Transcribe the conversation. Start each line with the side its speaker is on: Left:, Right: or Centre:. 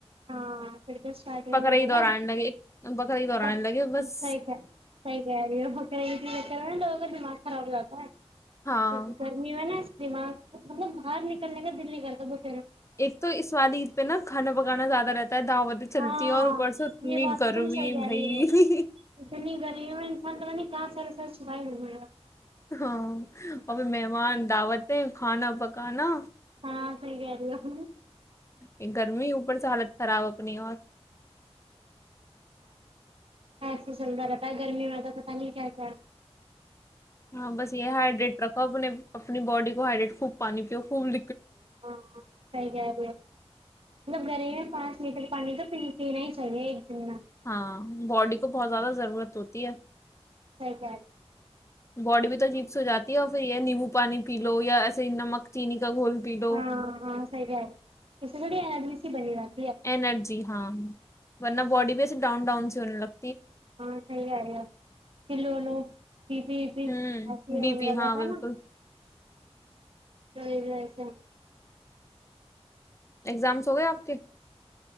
Right: ہاں پھر تو اسٹارٹگ میں
Left: عید اور
Right: نا
Left: آنے لگے بقر عید اور
Right: ب
Left: آنے لگے
Right: سی
Left: بس
Right: سیا لوگ دماغ خراب لگا ہے
Left: ہاں
Right: تو فرمی و نا دمار باہر نکلنے کا دل نکل ب
Left: ایک تو اسوال عید پہ نا کھانا پکانا زیادہ رہتا ہے دعوتیں چلتی
Right: ہاں
Left: ہیں اور اوپر سے اتنی
Right: یہ بات
Left: گرمی
Right: تو تم صحیح رہ
Left: بھائی
Right: رہی ہو اتنی گرمیوں میں انسان پ نہیں کہاں سرا سر سنائی ہو ما
Left: ہاں ابھی مہمان دعوتیں کھانا پک کانا
Right: ہاں سی ال ال
Left: یہ گرمی اوپر سے حالت خراب اپنی اور
Right: ایسا چلتا رہتا گرمی میں تو پتا نہیں کیس
Left: ہاں بس یہ ہائڈریٹ رکھو اپ نے اپنی باڈی کو ہائڈریٹ خوب پانی پیو پول
Right: ہاں سری رہ گر میں پانچ لییٹر پانی تو پی پینا ہی چاہیے دن میں
Left: ہاں باڈی کو بہت زیادہ ضرور ضورت ہوتی ہے
Right: سرک
Left: باڈی بھی تو چپس ہواتی ہے اور پھر یہ نیمبو پانیی لو یا ایے ہی نمک چینی کا گھول پی لو
Right: ہاں ہاں سیس گڑ بنی بات
Left: ارجی ہاں ورنہ باڈی بی ڈؤن ڈان سے لگ
Right: ہاں صحی آال ہے سلوولو پی پ
Left: ہوں
Right: پسی
Left: بی
Right: وا
Left: پی ہاں
Right: بپا
Left: بالکل
Right: نا س جس
Left: اگزامس ہو گئے آپ کے